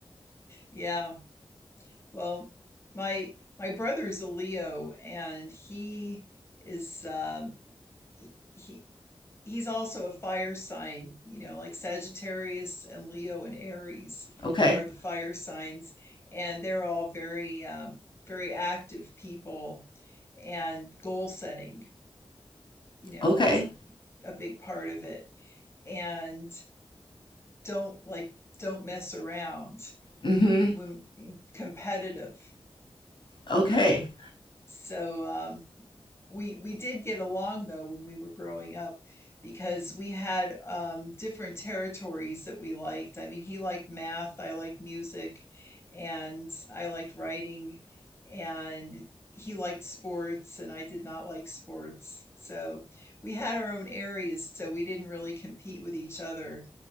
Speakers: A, on the left; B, on the left.
A: Yeah. Well, my my brother's a Leo and he is um he, he he's also a fire sign, you know, like Sagittarius and Leo and Aries
B: Okay.
A: are the fire signs and they're all very um very active people and goal setting. You know,
B: Okay.
A: that's a, a big part of it. And don't like, don't mess around
B: Mm-hmm.
A: when competitive,
B: Okay.
A: you know. So, um, we we did get along though when we were growing up because we had um, different territories that we liked. I mean, he liked math, I liked music, and I liked writing, and he liked sports, and I did not like sports. So we had our own areas, so we didn't really compete with each other,